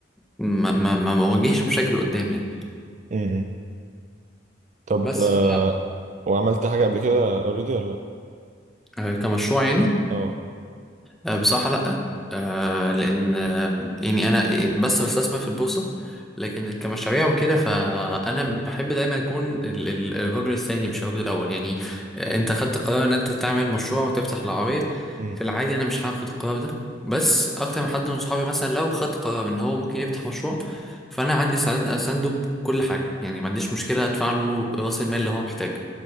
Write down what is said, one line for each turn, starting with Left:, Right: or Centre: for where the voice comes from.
Centre: ما ما ما بواجهش مشاكل قدامي
Right: مم. طب
Centre: بس
Right: آه،
Centre: ف
Right: وعملت حاجة قبل كده أوريدي ولا لأ؟
Centre: آه، كمشروع يعني
Right: اه
Centre: آه، بصراحة لأ آه، لأن آه، يعني أنا بس بستثمر في البورصة لكن كمشاريع وكده فأنا بحب دايما أكون ال- ال- الرجل الثاني مش الرجل الأول يعني آه، أنت خدت قرار إن أنت تعمل مشروع وتفتح العربية
Right: مم،
Centre: في العادي أنا مش هاخد القرار ده بس أكتر من حد من صحابي مثلا لو خد قرار إن هو ممكن يفتح مشروع فأنا عندي سند- أسنده بكل حاجة يعني ما عنديش مشكلة أدفع له رأس المال اللي هو محتاج